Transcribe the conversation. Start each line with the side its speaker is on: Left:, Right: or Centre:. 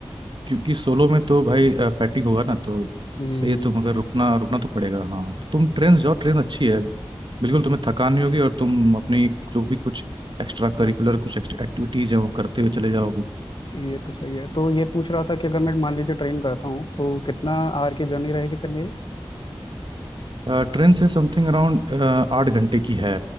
Right: क्योंकि सोलो में तो भाई फैटिक होगा ना तो
Left: हम्म
Right: सही है तुम अगर रुकना रुकना तो पड़ेगा हाँ तो तुम ट्रेन से जाओ ट्रेन अच्छी है बिल्कुल तुम्हें थकान नहीं होगी और तुम अपनी जो भी कुछ एक्स्ट्रा करिकुलर
Left: हाँ।
Right: कुछ एक्टिविटीज हैं वो करते हुए चले जाओगे
Left: तो ये तो सही है तो ये पूछ रहा था कि अगर मैं मान लीजिए ट्रेन करता हूँ तो कितना आर की जर्नी रहेगी फिर मेरी
Right: अ, ट्रेन से समथिंग अराउंड आठ घंटे की है